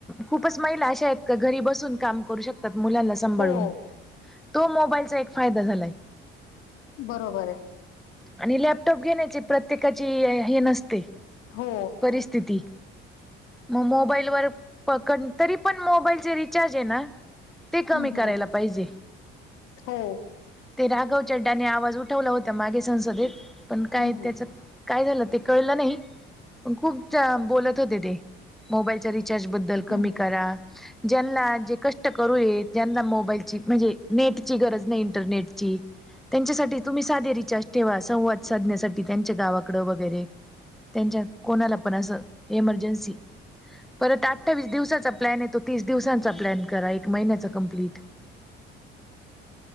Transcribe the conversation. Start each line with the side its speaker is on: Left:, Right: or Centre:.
Centre: खूपच महिला अशा आहेत. घरी बसून काम करू शकतात मुलांना सांभाळून,
Left: हो,
Centre: तो मोबाईलचा एक फायदा झालाय.
Left: बरोबर हाय.
Centre: आणि लॅपटॉप घेण्याची प्रत्येकाची हे नसते.
Left: हो.
Centre: परिस्थिती. मग मोबाईल वर पकड, तरी पण मोबाईलचे रिचार्ज हे ना. ते कमी
Left: हं,
Centre: करायला
Left: हं.
Centre: पाहिजे.
Left: हो.
Centre: ते राघव चड्डाने आवाज उठवला होता मागे संसदेत, पण काय
Left: हं, हं.
Centre: त्याच काय झालं ते कळलं नाही, पण खूप बोलत होते ते मोबाईलच्या रिचार्ज बद्द दल कमी
Left: हं, हं.
Centre: करा ज्यांना जे कष्ट करूय, ज्यांना मोबाईलची म्हणजे नेटची गरज नाही इंटरनेटची त्यांच्यासाठी तुम्ही साधे रिचार्ज ठेवा, संवाद साधण्यासाठी त्यांच्या गावाकड वगैरे. त्यांच्या, कोणाला पण असं एमर्जन्सी. परत अठ्ठावीस दिवसाचा प्लॅन आहे तो तीस दिवसांचा प्लॅन करा एक महिन्याचा कम्प्लीट.